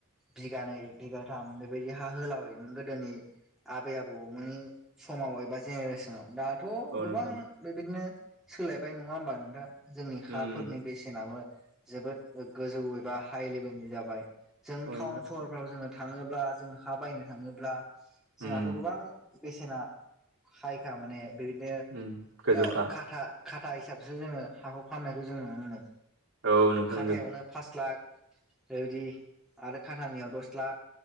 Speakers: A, in the centre; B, on the right.
A: बिघानै बिघाथाम बेबायदि हा होलाबायोमोन गोदोनि। आबै आबौ मोन समाव एबा जेनेरेसनाव दा। थ'
B: औ
A: गोबां
B: नोंथां
A: बेबायदिनो सोलायबाय नङा होमबा नोंथां जोंनि हाफोरनि।
B: उम
A: सेनाबो जोबोद गोजौ एबा हाइ लेभेलनि जाबाय जों
B: औ
A: टाउन
B: नोंथां
A: सहर। फोराव जोङो थाङोब्ला जोङो हा बायनो थाङोब्ला जोंहाथ'
B: उम
A: गोबां। बेसेना हायखा माने बेबायदिनो
B: उम गोजौखा
A: खाथा खाथा हिसाबसो जोंङो हाखौ फाननायखौ जों नुनो मोनो
B: औ नोंथां
A: खाथायावनो
B: नंगौ
A: पास लाख बेबायदि आरो खाटानियाव दस लाख